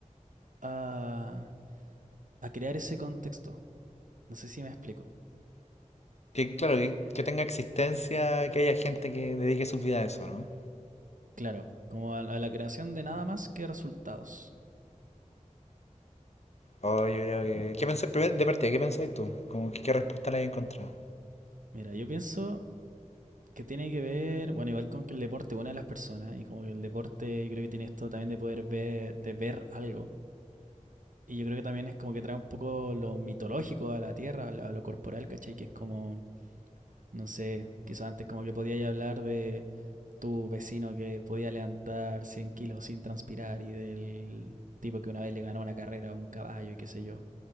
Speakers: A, on the right (about 80°); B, on the left (about 55°).
A: a, a crear ese contexto. No sé si me explico.
B: Que claro, que, que tenga existencia, que haya gente que dedique su vida a eso, ¿no?
A: Claro, como a, a la creación de nada más que resultados.
B: Oh, yo creo que... ¿Qué pensé, primero, de partida, ¿qué pensáis tú? Como que, ¿qué respuesta le hayas encontrado?
A: Mira, yo pienso que tiene que ver, bueno, igual con que el deporte une a las personas y como que el deporte yo creo que tiene esto también de poder ver, de ver algo. Y yo creo que también es como que trae un poco lo mitológico a la tierra, a lo, a lo corporal, ¿cachai? Que es como, no sé, quizás antes como que podíais hablar de tu vecino que podía levantar 100 kilos sin transpirar y del tipo que una vez le ganó una carrera a un caballo y qué sé yo.